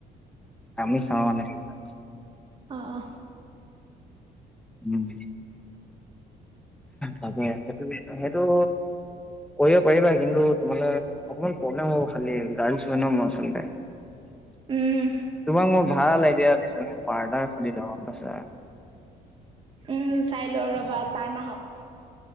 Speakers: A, in the centre; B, on the right.
A: আমি চাও মানে সেইবিলাক।
B: অ অ
A: উম। তাকে সেইটো সেইটো কৰিব পাৰিবা, কিন্তু তোমালে অকমান প্ৰব্লেম হ'ব খালি গাৰ্ছ হয় ন আচলতে। <inaudible>
B: উম
A: তোমাক মই ভাল আইডিয়া দিছ পাৰ্ডাৰ খুলি লোৱা, সঁচা <inaudible>
B: উম চাই ল ৰ'বা টাইম আহক।